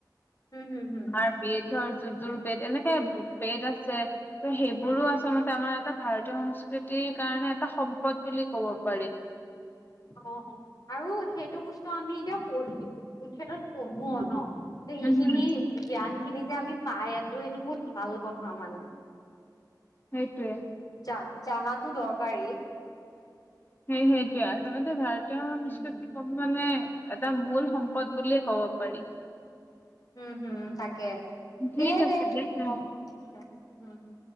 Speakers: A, on the left; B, on the left.
A: হুম হুম হুম
B: আমাৰ বেদ ধৰ যুজোৰ বেত এনেকে বেদ আছে ত' সেইবোৰো আচলতে আমাৰ এটা ভাৰতীয় সংস্কৃতিৰ কাৰণে এটা সম্পদ বুলি কব পাৰি
A: অ আৰু সেইটো বস্তু আমি এতিয়া পঢ়িলো, এই ক্ষেতত পঢ়ো ন সেইখিনি
B: উম হম
A: জ্ঞান খিনি যে আমি পাই আছো সেইটো বহুত ভাল কথা মানে
B: সেইটোৱে
A: জা জানাতো দৰকাৰী
B: সেই সেইটোৱে আচলতে ভাৰতীয় সংস্কৃতি
A: উম হুম
B: মানে এটা মূল সম্পদ বুলিয়ে ক'ব পাৰি।
A: উম হম তাকে
B: ঠিক
A: দে
B: আছে
A: দে
B: তে
A: হব <unintelligible>